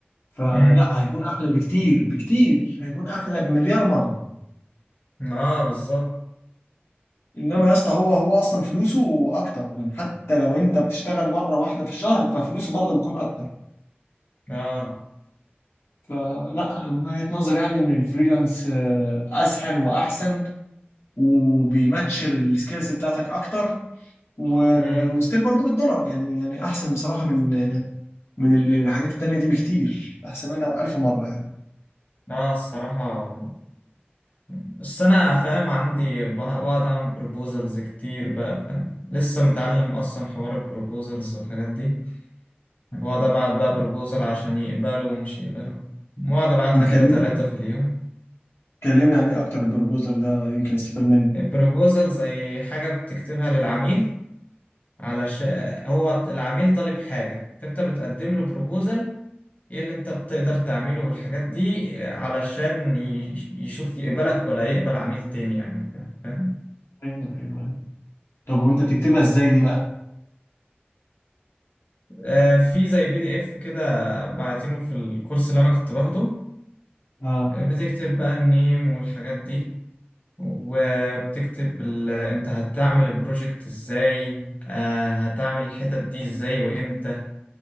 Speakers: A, on the left (about 75°); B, on the left (about 40°).
A: فلا
B: امم
A: هيكون احلى بكتير بكتير هيكون احلى بمليار مره
B: اه بالظبط
A: انما يا اسطى هو هو اصلا فلوسه اكتر يعني حتى لو انت بتشتغل مره واحده في الشهر ففلوسه برضه بيكون اكتر
B: اه
A: فلا من وجهه نظري يعني ان الفريلانس آه، اسهل واحسن وبيماتش السكيلز بتاعتك اكتر و-
B: امم
A: وستيل برضه بالدولار يعني يعني احسن بصراحه من من ال- الحاجات التانيه دي بكتير احسن منها بألف مره يعني
B: اه الصراحة بس انا فاهم عندي ب- بقعد اعمل بروبوزلز كتير بقى فاهم لسه متعلم اصلا حوار البروبوزلز والحاجات دي بقعد ابعت بقى بروبوزل عشان يقبلوا ومش يقبلوا بقعد ابعت
A: لما
B: لي
A: اتكلمنا
B: كده ثلاثة في اليوم
A: اتكلمنا عليه اكتر البروبوزال ده يمكن استفاد منه
B: البروبوزل زي حاجة بتكتبها للعميل علشان هو العميل طالب حاجة فانت بتقدم له بروبوزل ايه اللي انت بتقدر تعمله والحاجات دي آه، علشان ي- يشوف يقبلك ولا يقبل عميل تاني يعني وكده فاهم
A: ايوه ايوه طب وانت بتكتبها ازاي دي بقى؟
B: آه في زي بي دي اف كده بعتينه في الكورس اللي انا كنت باخده
A: اه
B: آه، بتكتب بقى النيم والحاجات دي وبتكتب ال... انت هتعمل البروجكت ازاي آه هتعمل الحتت دي ازاي وامتى